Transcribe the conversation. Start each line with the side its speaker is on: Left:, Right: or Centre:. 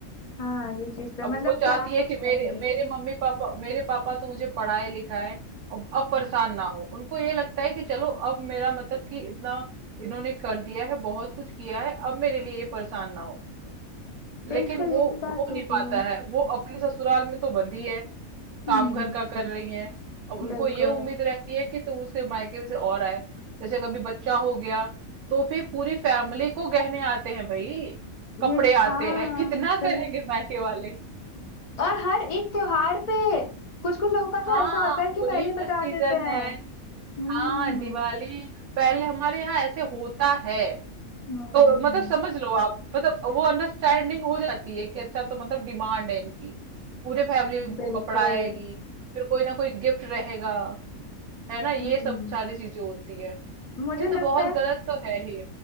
Left: हाँ ये चीज तो
Right: अब
Left: मतलब
Right: वो चाहती
Left: क्या कुछ
Right: है कि
Left: नहीं
Right: मेरे मेरे मम्मी पापा मेरे पापा तो मुझे पढ़ाए लिखाए अब अब परेशान ना हो उनको ये लगता है कि चलो अब मेरा मतलब कि इतना इन्होंने कर दिया है बहुत कुछ किया है अब मेरे लिए ये परेशान ना हो लेकिन
Left: बिल्कुल
Right: वो
Left: यही बात
Right: हो
Left: होती
Right: नहीं पाता
Left: है
Right: है वो अपने ससुराल में तो बंधी है काम
Left: हम्म
Right: घर का कर रही हैं अब उनको
Left: बिल्कुल
Right: ये उम्मीद रहती है कि तो उसके मायके से और आए जैसे कभी बच्चा हो गया तो भी पूरी फैमिली को गहने आते हैं भाई कपड़े
Left: ये हाँ
Right: आते हैं <laughs> कितना
Left: बिल्कुल।
Right: करेंगे मायके वाले
Left: और हर एक त्योहार पे कुछ कुछ लोगों का तो
Right: हाँ
Left: ऐसा होता है कि
Right: होली
Left: पहले ही
Right: का
Left: बता
Right: सीजन
Left: देते हैं
Right: है
Left: हम्म
Right: हाँ दिवाली पहले हमारे यहाँ ऐसे होता है
Left: हम्म
Right: तो
Left: हम्म
Right: मतलब
Left: हम्म,
Right: समझ लो आप मतलब वो अंडरस्टैंडिंग हो जाती है कि अच्छा तो मतलब डिमांड है इनकी पूरे फैमिली को
Left: बिल्कुल
Right: कपड़ा आएगी फिर कोई ना कोई गिफ्ट रहेगा है ना ये
Left: हम्म
Right: सब सारी चीजें होती है
Left: मुझे
Right: ये तो
Left: लगता
Right: बहुत
Left: है
Right: गलत तो है ही